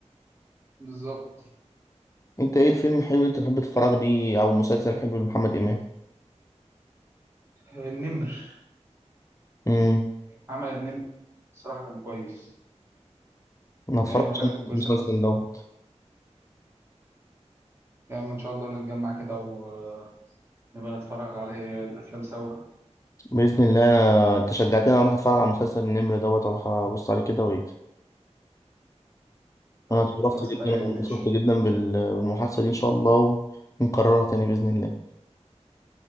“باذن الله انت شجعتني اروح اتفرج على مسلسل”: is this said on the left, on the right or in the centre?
Left